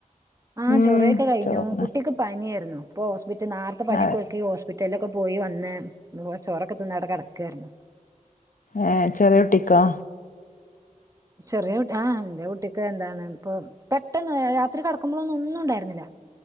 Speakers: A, on the right (about 25°); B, on the left (about 75°).
A: ആഹ്
B: ഉം
A: ചൊറഴിയൊക്കെ കഴിഞ്ഞു
B: ചോറിന്
A: കുട്ടിക്ക്. പനിയാരുന്നു ഇപ്പൊ ഹോസ്പിറ്റൽ നേരത്തെ പണി
B: ആഹ്
A: യൊക്കെതുക്കി ഹോസ്പിറ്റലിലൊക്കെ പോയിവന്ന്. ഒ ചോറൊക്കെ തിന്നഅടെ കെ ടക്കാരുന്നു.
B: ഏഹ ചെറിയൊട്ടിക്കൊ.
A: ചെറിയ ആഹ് എന്റെ കുട്ടിക്ക് എന്താണ് പ്പൊ.. പെട്ടെന്ന് രാത്രി കി ടക്കുമ്പോളൊ ന്നും ഒന്നുണ്ടായിരുന്നില്ല.